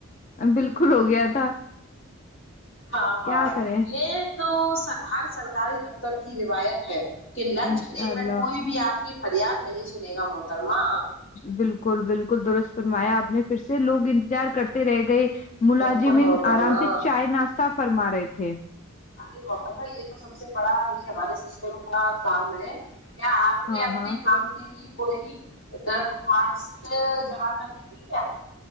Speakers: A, on the left (about 35°); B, on the left (about 65°).
A: بالکل ہو گیا تھا
B: ہاں ہاں
A: کیا کریں
B: یہ تو سر ہر سرکاری دفتر کی روایت ہے کہ
A: انشاء
B: لنچ بریک
A: اللہ
B: میں کوئی بھی آپ کی فریاد نہیں سنے گا محترما
A: بالکل بالکل درست فرمایا آپ نے پھر سے لوگ انتظار کرتے رہ گئے ملازمین
B: بالکل محترمہ
A: آرام سے چائے ناشہ فرما رہے تھے
B: ارے محترمہ یہ تو سب سے بڑا ہی ہمارے سسٹم کا کام ہے کیا آپ
A: ہاں
B: نے اپنے
A: ہاں
B: کام کے لیے کوئی بھی درخواست جمع کر دی تھی کیا